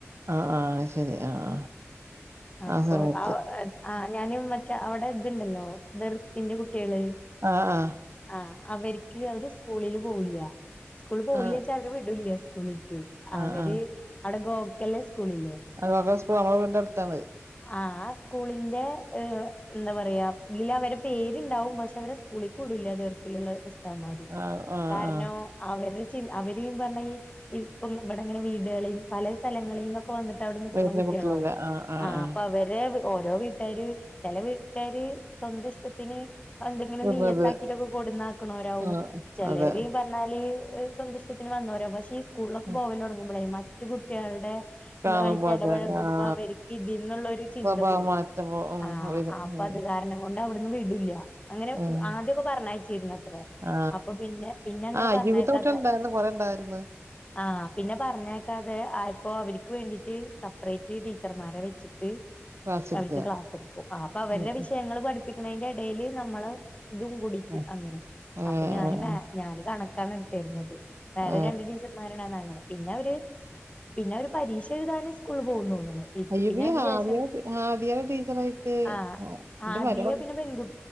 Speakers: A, on the right; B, on the left.
A: ആഹ് ആഹ് ശരി ആഹ് ആഹ്
B: അപ്പൊ
A: ആഹ് സമയത്ത്
B: ആഹ് ആഹ് ഞാനും മറ്റേ അവിടെ ഇതുണ്ടല്ലോ ദർസിന്റെ കുട്ടികള്
A: ആഹ് ആഹ്
B: ആഹ് അവർക്ക് അവര് സ്കൂളില് പോവില്ല സ്കൂള പോവില്ലച്ചാ
A: ആ
B: വിടുല്ല സ്കൂളിൽക്ക്
A: ആ
B: അവര്
A: ആ
B: അവിടെ ഗോക്കല്ലേ സ്കൂളില്ലെ
A: ഗോഗോ സ്കൂൾ നമ്മുടെ വീടിന്റെ അടുത്താണ
B: ആഹ് ആ സ്കൂളിന്റെ എന്താ പറയാ ഇതിൽ അവരെ പേരുണ്ടാവും പക്ഷെ അവരെ സ്കൂളിൽ ക്ക് വിടൂല്ല ദർസിലുള്ള ത്താത്മാര്
A: ആ ആ
B: കാരണം
A: ആ
B: അവരു ചി അവര് ന്ന് പറഞ്ഞ ഈ ഇപ്പം ഇവിടെങ്ങനെ വീടുകളിൽ പല സ്ഥലങ്ങളിൽ നിന്നൊക്കെ വന്നിട്ട് അവിടെ നിക്ക്ണ
A: വരുന്ന
B: കുട്ടികളാവും
A: കുട്ടികളല്ലേ ആ ആ
B: ആഹ്
A: ആ
B: അപ്പൊ അവരെ ഓരോ വീട്ടാര് ചില വീട്ടാര് സ്വന്തഷ്ടത്തിന് എന്തെങ്കിലും
A: വരുന്നത്
B: നിയ്യത്താക്കിട്ടൊക്കെ കൊടന്നാക്കണോരാവും
A: ആ
B: ചിലര്
A: അതെ
B: പറഞ്ഞാല് സ്വന്ത ത്തിന് വന്നോരോവും പക്ഷെ ഈ സ്കൂളിലൊക്കെ
A: ഉം.
B: പോവല്ല തുടങ്ങുമ്പളേ മറ്റു കുട്ടികളുടെ
A: കാണുമ്പോ
B: ആയിട്ട് ഇടപഴകുമ്പോ
A: അതല്ല ആ
B: അവർക്ക് ഇതിൽന്നുള്ളരു ചിന്ത
A: സ്വഭാവം
B: പോവും
A: മാറ്റം പോ- ഉം
B: ആഹ്
A: വരും
B: അപ്പൊ
A: ഉം
B: അത് കാരണം അതൊണ്ട് അവിടന്ന് വിടില്ല അങ്ങനെ
A: ഉം
B: ആദ്യമൊക്കെ പറഞ്ഞയച്ചിരുന്ന അത്രേ
A: ആ
B: അപ്പൊ പിന്നെ പിന്നെ അങ്ങനെ
A: ആ അയ്യൂബിത്തെ
B: പറഞ്ഞേക്കാത
A: കുട്ടികളുണ്ടായിരുന്നു കുറെ ഉണ്ടായിരുന്നു
B: ആഹ് പിന്നെ പറഞ്ഞേക്കാതെ ആയപ്പൊ അവർ ക്ക് വേണ്ടീട്ട് സെപ്പറേറ്റ് ടീച്ചർമാരെ വെച്ചിട്ട്
A: ക്ലാസ്
B: അവർക്ക്
A: എടുക്കുക
B: ക്ലാസ് എടുക്കും അപ്പൊ അവരുടെ
A: ഉം ഉം.
B: വിഷയങ്ങൾ പഠിപ്പിക്കണതിന്റെ ഇടൽ നമ്മള് ഇതും കൂടിട്ട്
A: ആ
B: അങ്ങനെ
A: അങ്ങനെ
B: അപ്പൊ ഞാൻ
A: ആ ആ
B: ഞാൻ കണക്കാണ് എടുത്തീർന്നത് വേറെ
A: ആ
B: രണ്ട് ടീ മരണംന്ന് അങ്ങനെ പിന്നെ അവര് പിന്നെ അവര് പരീക്ഷ എഴുതാന് സ്കൂളിൽ പോകും തോന്ന്ണ്
A: അയ്യോ
B: പിന്നെ അതിൻ്റെ
A: ഹാദിയ
B: ശേഷം
A: ഹാദിയയുടെ ടീച്ചറായിട്ട്
B: ആ
A: എന്റെ
B: ആദ്യ
A: മരുമക
B: പിന്നെ പെൺകു